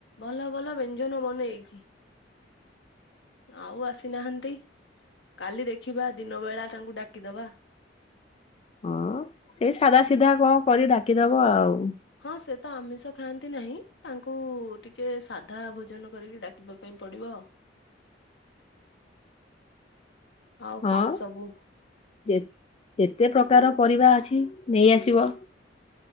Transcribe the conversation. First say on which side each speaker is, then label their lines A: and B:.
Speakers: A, on the left; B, on the left.
A: ଭଲ ଭଲ ବ୍ୟଞ୍ଜନ ବନେଇକି। ଆଉ ଆସିନାହାନ୍ତି କାଲି ଦେଖିବା ଦିନ ବେଳା ତାଙ୍କୁ ଡାକିଦବା।
B: ହଁ ସେଇ ସାଧା ସିଧା କଣ କରି ଡାକିଦବ ଆଉ
A: ହଁ ସେ ତ ଆମିଷ ଖାଆନ୍ତି ନାହିଁ ତାଙ୍କୁ ଟିକେ ସାଧା ଭୋଜନ କରିକି ଡାକିବ? ପାଇଁ ପଡିବ। ଆଉ
B: ହଁ
A: କଣ ସବୁ?
B: ଯେତେ ପ୍ରକାର ପରିବା ଅଛି ନେଇଆସିବ।